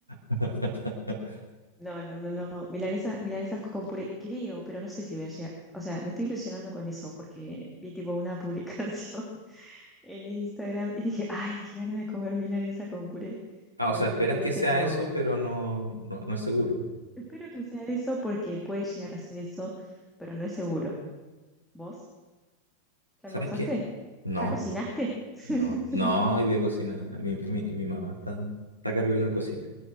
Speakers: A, on the right; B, in the centre.
A: <laughs>
B: No, no, no, no. Milanesa, milanesas con puré, creo, pero no sé si voy a llegar. O sea, me estoy ilusionando con eso porque vi tipo una publicación <laughs> en Instagram y dije, ay, qué ganas de comer milanesa con puré.
A: Ah,
B: Pero
A: o sea,
B: bueno,
A: esperas
B: por ahí
A: que
B: tengo.
A: sea eso, pero no, no, no es seguro.
B: Espero que sea eso porque puede llegar a ser eso, pero no es seguro. ¿Vos? ¿Ya
A: ¿Sabes
B: almorzaste?
A: qué? No.
B: ¿Ya cocinaste? <laughs>
A: No, no, hoy día cocina. Mi, mi, mi mamá está, está a cargo de la cocina